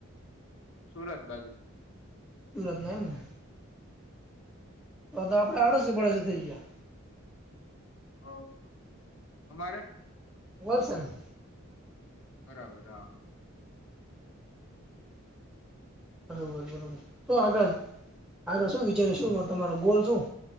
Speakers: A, on the left (about 65°); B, in the centre.
A: અમે સુરત બાજુના છે.
B: સુરત ના એમ ને, તો તો આપણે આડોશી પાડોશી થઈ ગયા.
A: ઓ, અમારે?
B: વલસાડ.
A: બરાબર હા.
B: બરોબર બરોબર શું આગળ આગળ શું વિચારી શું તમારો ગોલ શું?